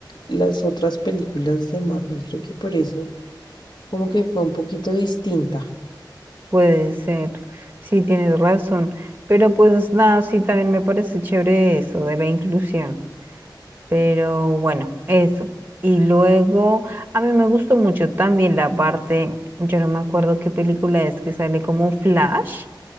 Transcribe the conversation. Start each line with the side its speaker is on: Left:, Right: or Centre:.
Left: las otras películas de Marvel. Creo que por eso como que fue un poquito distinta.
Right: puede ser, sí tienes razón, pero pues nada, sí también me parece chévere eso de la inclusión, pero bueno, eso. Y luego, a mí me gustó mucho también la parte, yo no me acuerdo qué película es que sale como Flash,